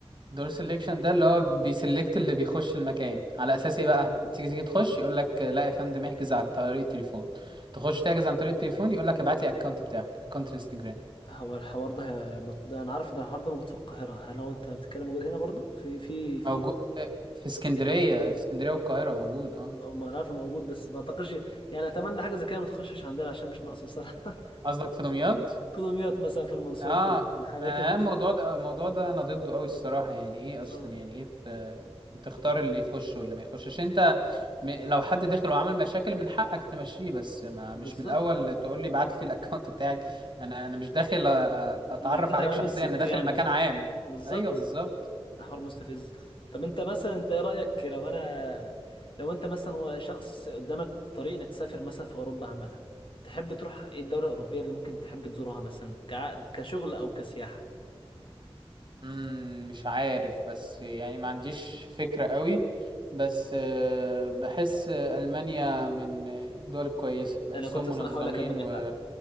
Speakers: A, on the right; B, on the left.
A: دور سيلكشن ده اللي هو بيسلكت اللي بيخش المكان على اساس ايه بقى تيجي تيجي تخش يقول لك لا يا فندم احجز عن طريق التليفون تخش تحجز عن طريق التليفون يقول لك ابعت لي اكونت بتاعك اكونت انستجرام
B: هو الحوار ده مط- ده انا عارف ده الحوار ده موجود في القاهرة هل هو انت بتتكلم موجود هنا برضو في في في
A: موجود في اسكندريه في اسكندريه والقاهره موجود اه
B: ما ما انا عارف موجود بس ما اعتقدش يعني اتمنى حاجة زي كده ما تخشش عندنا عشان مش ناقصة صراحة
A: قصدك في دمياط
B: <laughs> في دمياط مثلا في المنصورة
A: اه
B: مثلا اماكن
A: انا الموضوع ده الموضوع ده انا ضده قوي الصراحه يعني ايه
B: المنصورة
A: اصلا يعني ايه ت- تختار اللي يخش واللي ما يخشش انت م... لو حد داخل وعمل مشاكل من حقك تمشيه بس ما
B: بالظبط
A: مش من الاول تقول لي ابعت لي الاكونت <laughs> بتاعك انا انا مش داخل أ- اتعرف
B: مش داخل
A: عليك
B: عامل
A: شخصيا
B: سي
A: انا
B: في
A: داخل
B: يعني
A: مكان
B: مش
A: عام
B: بالظبط
A: ايوه بالظبط
B: ده حوار مستفز طب انت مثلا انت ايه رأيك لو انا لو انت مثلا هو شخص قدامك طريق انك تسافر مثلا في اوروبا عامة تحب تروح ايه الدولة الأوروبية اللي ممكن تحب تزورها مثلا كعقد كشغل او كسياحة
A: مم، مش عارف بس يعني ما عنديش فكرة قوي بس آه، بحس ألمانيا من الدول الكويسة بحسهم
B: انا كنت
A: منظمين
B: صراحه هقول لك المانيا
A: و
B: فعلا